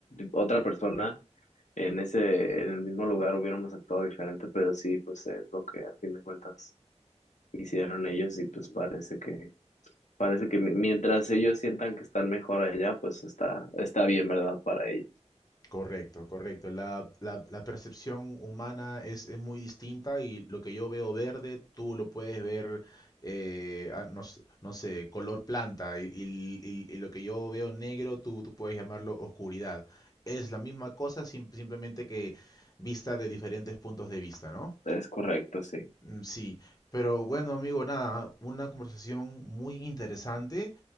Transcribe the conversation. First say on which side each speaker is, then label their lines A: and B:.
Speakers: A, on the left; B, on the left.
A: otra persona en ese, en el mismo lugar hubiéramos actuado diferente, pero sí, pues es lo que a fin de cuentas hicieron ellos y pues parece que, parece que mi- mientras ellos sientan que están mejor allá, pues está, está bien, ¿verdad? Para ellos.
B: Correcto, correcto. La, la- la percepción humana es, es muy distinta y lo que yo veo verde, tú lo puedes ver, eh, ah, no, sé, no sé, color planta y, y- y- y lo que yo veo negro, tú, tú puedes llamarlo oscuridad. Es la misma cosa, sim- simplemente que vista de diferentes puntos de vista, ¿no?
A: Es correcto, sí.
B: Mm, Sí, pero bueno, amigo, nada, una conversación muy interesante.